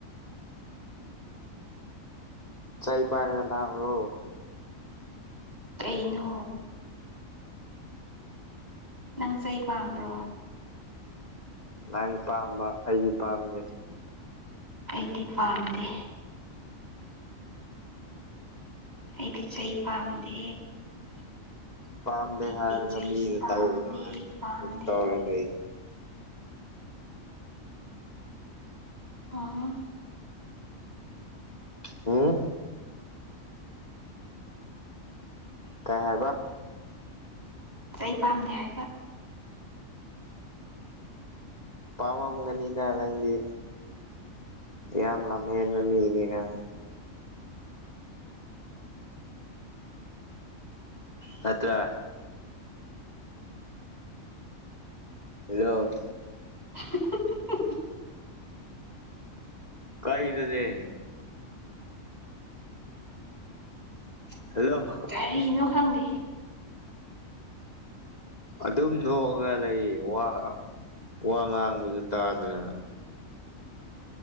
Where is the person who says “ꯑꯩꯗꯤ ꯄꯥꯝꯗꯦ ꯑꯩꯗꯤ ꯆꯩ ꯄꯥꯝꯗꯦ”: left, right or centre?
Right